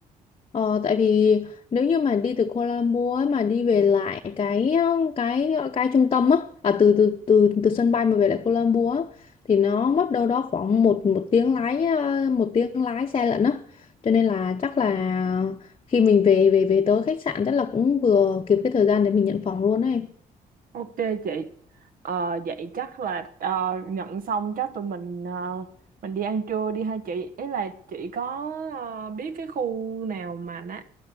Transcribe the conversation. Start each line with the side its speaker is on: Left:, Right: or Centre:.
Left: Ờ, tại vì nếu như mà đi từ Kuala Lumpur ấy, mà đi về lại cái cái cái trung tâm á à, từ từ từ từ sân bay mà về lại Kuala Lumpur á, thì nó mất đâu đó khoảng một một tiếng lái ờ, một tiếng lái xe lận á cho nên là chắc là khi mình về về về tới khách sạn chắc là cũng vừa kịp cái thời gian để mình nhận phòng luôn ấy
Right: Ok chị. Ờ, vậy chắc là ờ, nhận xong chắc tụi mình ờ, mình đi ăn trưa đi hai chị. Ý là chị có ờ, biết cái khu nào mà nó